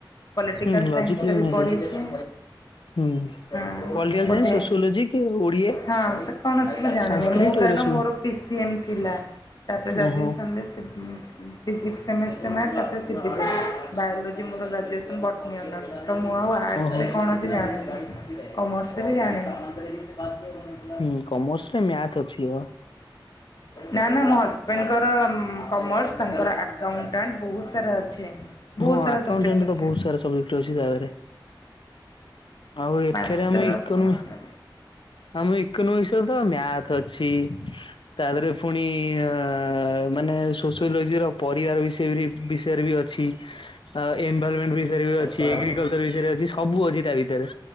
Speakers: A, on the left (about 55°); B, on the left (about 85°).
A: ପଲିଟିକାଲ୍
B: ହୁଁ ଲଜିକରେ
A: ସାଇନ୍ସ ଟା ବି
B: ମ୍ୟାଥ
A: ପଢିଚି
B: ଅଛି ହୁଁ।
A: ହଁ।
B: ପଲିଟିକାଲ ସାଇନ୍ସ,
A: ବୋଧେ
B: ସୋସିଓଲୋଜି, ଓଡ଼ିଆ,
A: ହଁ ସେ କଣ ଅଛି ମୁଁ ଜାଣିନି
B: ସାଂସ୍କ୍ରିଟ
A: ମୁଁ
B: ଏଗୁରା
A: କାରଣ
B: ସବୁ
A: ମୋର ପି ସିଏମ୍ ଥିଲା ତାପରେ ଗ୍ରାଜୁଏସନ୍
B: ଓହୋ
A: ରେ ସି ସି ଫିଜିକ୍ସ କେମିଷ୍ଟ୍ରି ମ୍ୟାଥ୍ ତାପରେ ସିବିଜି ବାୟୋଲୋଜି ମୋର ଗ୍ରାଜୁଏସନ୍ ବଟନୀ ଅନର୍ସ ତ ମୁଁ ଆଉ ଆର୍ଟସରେ
B: ଓହୋ।
A: କଣ ଅଛି ଜାଣିନି କମର୍ସରେ ବି ଜାଣିନି।
B: ହୁଁ କମର୍ସରେ ମ୍ୟାଥ ଅଛି ଥିବ।
A: ନା ନା ମୋ ହଜବେଣ୍ଡ୍ ତାଙ୍କର କମର୍ସ ତାଙ୍କର ଆକାଉଣ୍ଟାଣ୍ଟ ବହୁତ ସାରା ଅଛି। ବହୁତ
B: ହଁ
A: ସାରା
B: ଆକାଉଣ୍ଟାଣ୍ଟ
A: ସବଜେକ୍ଟ ଅଛି।
B: ତ ବହୁତ ସାରା ସବଜେକ୍ଟ ଅଛି ତା ଦେହରେ ଆଉ ଏଥିରେ
A: ମାଷ୍ଟର
B: ଆମେ ଇକୋନୋମି
A: କଣ ଗୋଟେ।
B: ଆମ ଇକୋନୋମିକ୍ସ ରେ ତ ମ୍ୟାଥ ଅଛି। ତା ଦେହରେ ପୁଣି ଅ ମାନେ ସୋସିଓଲୋଜି ର ପରିବାର ବିଷୟ ବିଷୟରେ ବି ଅ ଛି ଆଉ ଏନଭାଇରମେଣ୍ଟ ବିଷୟରେ ବି ଅଛି
A: କଣ
B: ଏଗ୍ରିକଲଚର୍ ବିଷୟରେ ଅଛି ସବୁ ଅଛି ତା ଭିତରେ।